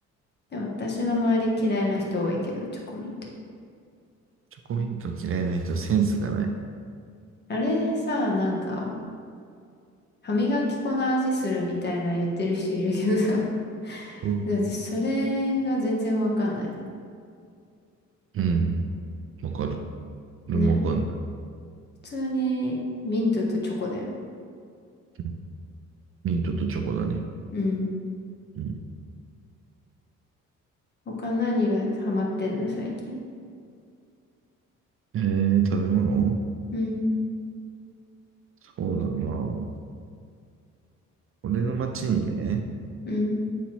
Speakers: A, on the left; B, on the right.
A: でも私の周り嫌いな人多いけど、チョコミント。
B: チョコミント嫌いな人はセンスがない。
A: あれさ、なんか、歯磨き粉の味するみたいな言ってる人いるけどさ。<laughs>
B: うん。
A: で私それが全然わかんない。
B: うん、わかる。俺もわかんない。
A: ね。普通にミントとチョコだよね。
B: うんミントとチョコだね。
A: うん。
B: うん。
A: 他何がハマってんの、最近。
B: えー、食べ物
A: うん、
B: そうだな。俺の町にね、
A: うん。